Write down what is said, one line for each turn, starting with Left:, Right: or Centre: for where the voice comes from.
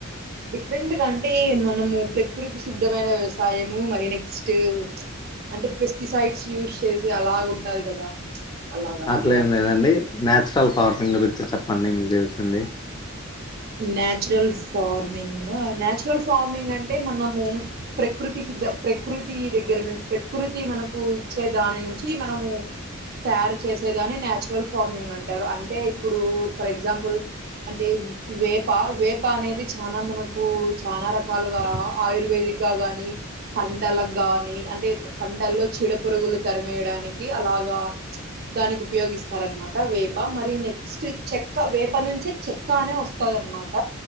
Right: డిఫరెంట్ అంటే మనము ప్రకృతి సిద్ధమైన వ్యవసాయము మరి నెక్స్ట్ అంటే పెస్టిసైడ్స్ యూస్ చేసి అలాగ ఉంటది కదా అలాగ అనమాట
Left: అట్లేం లేదండి నచురల్ <unintelligible> గురించి చెప్పండి మీకు తెలిసింది
Right: న్చురల్ ఫార్మింగ్ హా నాచురల్ ఫార్మింగ్ అంటే మనము ప్రకృతి సిద్ధ ప్రకృతి దగ దగ్గర ను ప్రకృతి మనకు ఇచ్చే దాని నుంచి మనము తయారు చేసేదని నచు రల్ ఫార్మింగ్ అంటారు అంటే ఇప్పుడు ఫర్ ఎగ్జాంపుల్ అంటే వేప వేప అనేది చానా మనకు చనా రకాలుగా ఆయుర్వేదిక్ గా గాని పంటలకు గాని అంటే పంటల్లో చెడు పురుగులు తరిమేయడానికి అలా <unintelligible> దానికి ఉపయోగిస్తార అనమాట వేపా మరి నెక్స్ట్ చెక్క వేప నుంచి చెక్క అనే వస్ తదర మాట